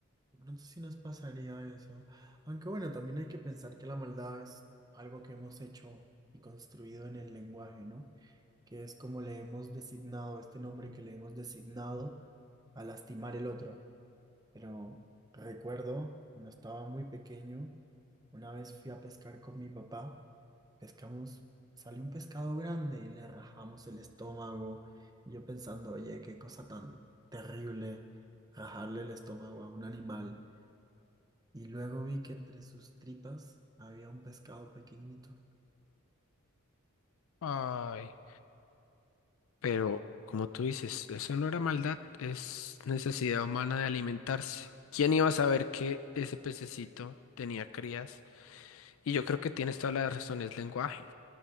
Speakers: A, on the right (about 15°); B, on the left (about 65°).
A: De pronto sí nos pasaría eso. Aunque bueno, también hay que pensar que la maldad es algo que hemos hecho y construido en el lenguaje, ¿no? Que es como le hemos designado, este nombre que le hemos designado a lastimar el otro. Pero recuerdo cuando estaba muy pequeño, una vez fui a pescar con mi papá, pescamos, salió un pescado grande y le rajamos el estómago. Y yo pensando, oye, qué cosa tan terrible rajarle el estómago a un animal. Y luego vi que entre sus tripas había un pescado pequeñito.
B: Ay, Pero, como tú dices, eso no era maldad, es necesidad humana de alimentarse. ¿Quién iba a saber que ese pececito tenía crías? Y yo creo que tienes toda la razón, es lenguaje.